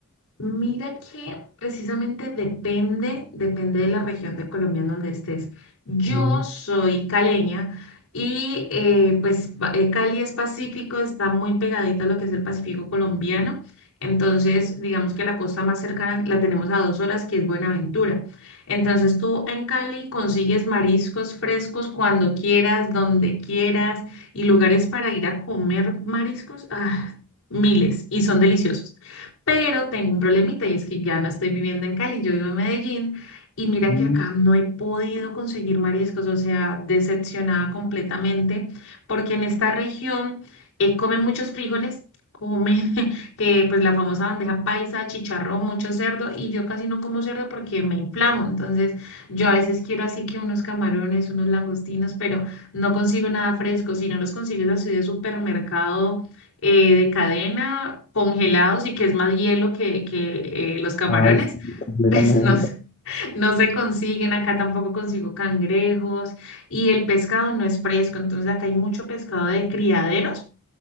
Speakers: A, on the left; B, on the left.
A: Mira que precisamente depende, depende de la región de Colombia en donde estés. Yo
B: Mm,
A: soy caleña y eh, pues ba- eh, Cali es Pacífico, está muy pegadita a lo que es el Pacífico colombiano. Entonces, digamos que la costa más cercana la tenemos a dos horas, que es Buenaventura. Entonces, tú en Cali consigues mariscos frescos cuando quieras, donde quieras y lugares para ir a comer mariscos, ah, miles y son deliciosos. Pero tengo un problemita y es que ya no estoy viviendo en Cali, yo vivo en Medellín y mira
B: mm,
A: que acá no he podido conseguir mariscos, o sea, decepcionada completamente, porque en esta región eh, comen muchos frijoles, comen <laughs> que pues la famosa bandeja paisa, chicharrón, mucho cerdo y yo casi no como cerdo porque me inflamo, entonces yo a veces quiero así que unos camarones, unos langostinos, pero no consigo nada fresco, si no los consigo es así de supermercado eh, de cadena, congelados y que es más hielo que, que eh, los camarones,
B: Ay, sí,
A: <laughs>
B: completamente.
A: pues no, s- <laughs> no se consiguen. Acá tampoco consigo cangrejos y el pescado no es fresco, entonces acá hay mucho pescado de criaderos